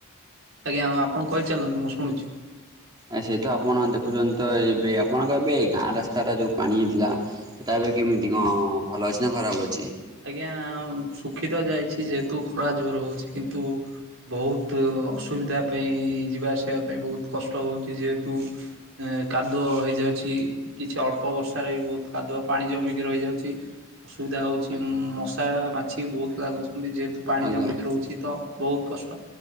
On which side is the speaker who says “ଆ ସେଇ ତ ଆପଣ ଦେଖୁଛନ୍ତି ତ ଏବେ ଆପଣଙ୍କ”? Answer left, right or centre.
Right